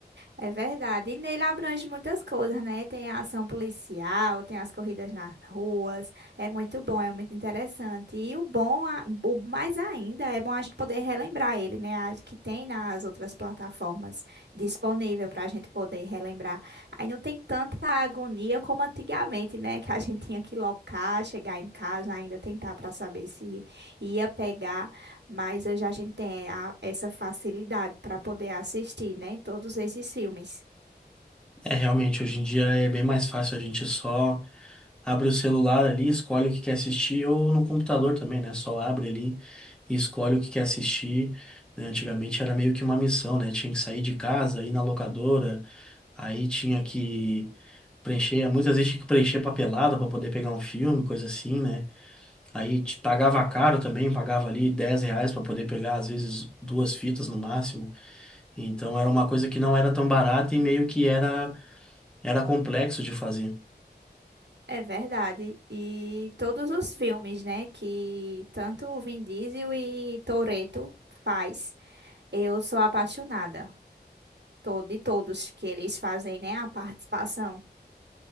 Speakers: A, on the right; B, in the centre.
A: É verdade. E nele abrange muitas coisas, né? Tem a ação policial, tem as corridas nas ruas. É muito bom, é muito interessante. E o bom, a- o mais ainda, é bom a gente poder relembrar ele, né? A- Que tem nas outras plataformas disponível para a gente poder relembrar. Aí não tem tanta agonia como antigamente, né? <laughs> Que a gente tinha que locar, chegar em casa, ainda tentar para saber se ia pegar. Mas hoje a gente tem a- essa facilidade para poder assistir, né? Todos esses filmes.
B: É realmente hoje em dia é bem mais fácil a gente só abre o celular ali, escolhe o que quer assistir ou no computador também, né? Só abre ali e escolhe o que quer assistir. né? Antigamente era meio que uma missão, né? Tinha que sair de casa, ir na locadora, aí tinha que preencher, muitas vezes tinha que preencher papelada para poder pegar um filme, coisa assim, né? Aí te pagava caro também, pagava ali 10 reais para poder pegar, às vezes, duas fitas no máximo. Então era uma coisa que não era tão barata e meio que era, era complexo de fazer.
A: É verdade. E todos os filmes, né? Que tanto o Vin Diesel e Toretto faz, eu sou apaixonada. to- De todos que eles fazem, né? A participação.